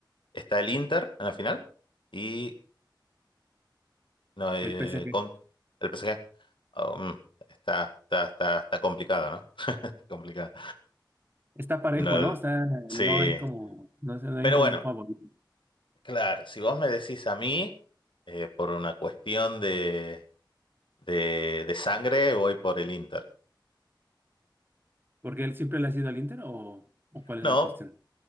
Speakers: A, on the left; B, on the right.
A: está el Inter en la final y no, eh,
B: El PSG.
A: con el PSG. Oh, mm, está, está, está, está complicado, ¿no? <laughs> Está complicado.
B: Está parejo,
A: No,
B: ¿no?
A: el-
B: O sea,
A: sí,
B: no hay como, no sé, no hay
A: pero
B: como
A: bueno,
B: un favorito.
A: claro, si vos me decís a mí, eh, por una cuestión de de, de sangre voy por el Inter.
B: ¿Porque él siempre le ha sido al Inter o, o cuál es
A: No,
B: la cuestión?